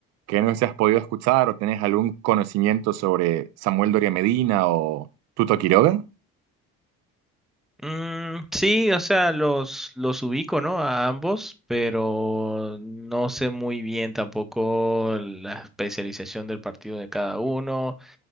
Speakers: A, on the right (about 60°); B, in the centre.
A: que no se has podido escuchar o tenés algún conocimiento sobre Samuel Doria Medina o Tuto Quiroga?
B: Mm, sí, o sea, los, los ubico, ¿no? A ambos, pero no sé muy bien tampoco la especialización del partido de cada uno.